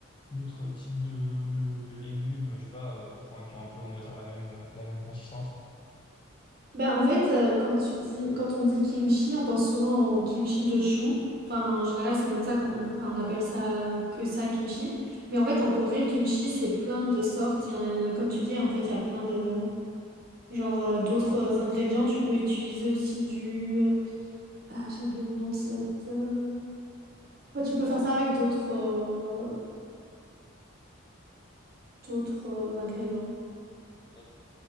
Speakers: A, on the left; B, on the right.
A: d'autres types de, de, de légumes, je sais pas, euh, enfin, qui ont un peu, on va dire, la même, euh, la même consistance?
B: Bah, en fait, euh, quand tu dis, quand on dit kimchi, on pense souvent au kimchi de chou. Enfin, en général, c'est comme ça qu'on enfin, on appelle ça que ça le kimchi. Mais en fait, en Corée, le kimchi, c'est plein de sortes. Il y en a, comme tu dis, en fait, il y a plein de genre euh, d'autres ingrédients. Tu peux utiliser aussi du. euh, Ah, j'ai oublié le nom de cette. euh, Enfin, tu peux faire ça avec d'autres euh, d'autres euh, ingrédients.
A: Ok,